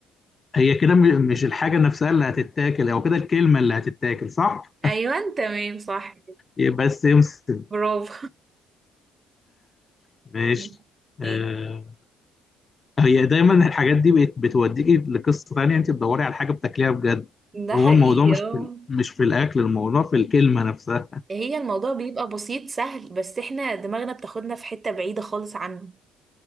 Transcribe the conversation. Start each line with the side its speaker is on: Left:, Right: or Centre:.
Left: هي كده م- مش الحاجة نفسها اللي هتتاكل او كده الكلمة اللي هتتاكل صح
Right: <laughs> ايوه تمام صح
Left: يبقى السمسم
Right: برافو
Left: ماشي
Right: <laughs>
Left: آه،
Right: ايه
Left: هي دايما الحاجات دي بت- بتوديكي لقصه ثانيه انت بتدوري على حاجه بتاكليها بجد
Right: ده
Left: وهو
Right: حقيقي
Left: الموضوع مش
Right: اه
Left: في ال- مش في الاكل الموضوع في الكلمه نفسها
Right: هي الموضوع بيبقى بسيط سهل بس احنا دماغنا بتاخدنا في حتة بعيدة خالص عنه